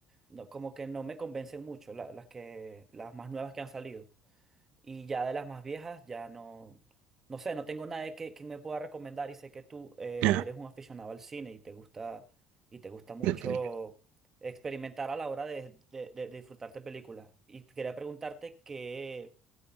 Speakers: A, on the right; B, on the right.
A: no, como que no me convencen mucho, la- las que, las más nuevas que han salido. Y ya de las más viejas, ya no, no sé, no tengo nadie que, que me pueda recomendar y sé que tú eh,
B: Ya,
A: eres un aficionado al cine y te gusta, y te gusta mucho
B: yo estoy bien.
A: experimentar a la hora de, de- de- de disfrutarte películas. Y quería preguntarte qué,